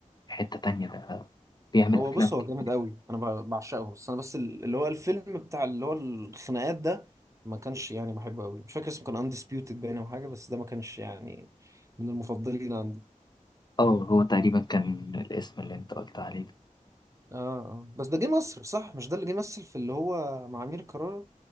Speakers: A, on the left; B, on the right.
A: في حتة تانية ده بيعمل
B: هو
A: أفلام
B: بص
A: كده
B: هو جامد قوي انا ب- بعشقه بس انا بس ال- اللي هو الفيلم بتاع اللي هو الخناقات ده ما كانش يعني بحبه قوي مش فاكر اسمه كان اندسبيوتد باين او حاجه بس ده ما كانش يعني من المفضلين عندي
A: اه هو تقريبا كان الاسم اللي انت قلت عليه ده
B: اه اه بس ده جه مصر صح مش ده اللي جه مثل في اللي هو مع امير كرارة